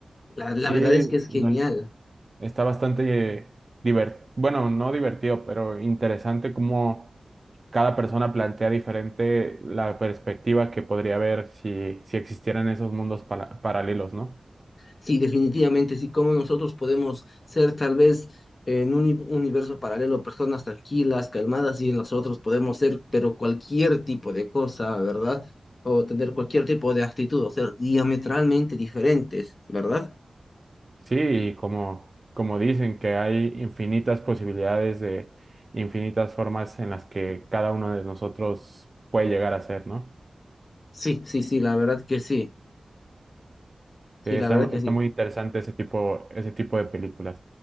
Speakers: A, on the left; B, on the right.
A: La, la
B: Sí,
A: verdad es que es genial.
B: no es- está bastante divertido, bueno, no divertido, pero interesante cómo cada persona plantea diferente la perspectiva que podría haber si, si existieran esos mundos pala- paralelos, ¿no?
A: Sí, definitivamente, sí, como nosotros podemos ser tal vez en un uni- universo paralelo personas tranquilas, calmadas, y en nosotros podemos ser, pero cualquier tipo de cosa, ¿verdad? O tener cualquier tipo de actitud, o ser diametralmente diferentes, ¿verdad?
B: Sí, y como, como dicen que hay infinitas posibilidades de infinitas formas en las que cada uno de nosotros puede llegar a ser, ¿no?
A: Sí, sí, sí, la verdad que sí, sí,
B: Sí, Está,
A: la verdad que
B: está
A: sí.
B: muy interesante ese tipo, ese tipo de películas.